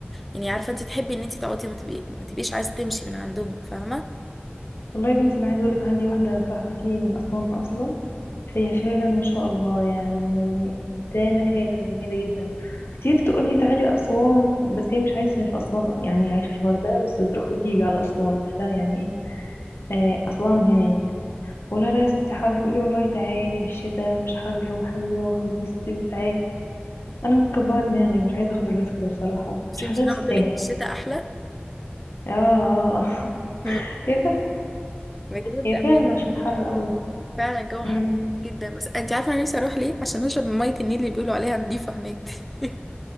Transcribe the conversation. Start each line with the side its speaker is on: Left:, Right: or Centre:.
Centre: يعني عارفة انت تحبي ان انت تقعدي ما تبقي- ما تبقيش عايزة تمشي من عندهم فاهمة
Left: والله يا بنتي انا عايزة اقولك عندي واحدة صاحبتي من اسوان اصلا هي فعلا ما شاء الله يعني إنسانة فعلا جميلة جدا كتير تقولي تعالي أسوان بس هي مش عايشة في أسوان يعني عايشة في الغردقة بس بتروح وتيجي على أسوان لا يعني إيه آه، أصلها من هناك فقولها لا يا ستي حر تقولي والله تعالي في الشتاء مش حر وحلوة وهتتبسطي وتعالي أنا مكبرة دماغي مش عايزة أخد الريسك ده بصراحة
Centre: بس
Left: مش
Centre: مش
Left: حاسة تستاهل
Centre: انا قلت لك في الشتاء احلى
Left: اه اه آه. <laughs>
Centre: مم.
Left: هي فعلا
Centre: بجد
Left: هي فعلا عشان حر قوي
Centre: فعلا جو
Left: امم
Centre: حر جدا بس انت عارفه انا نفسي اروح ليه عشان اشرب من ميه النيل اللي بيقولوا عليها نضيفه هناك دي <laughs>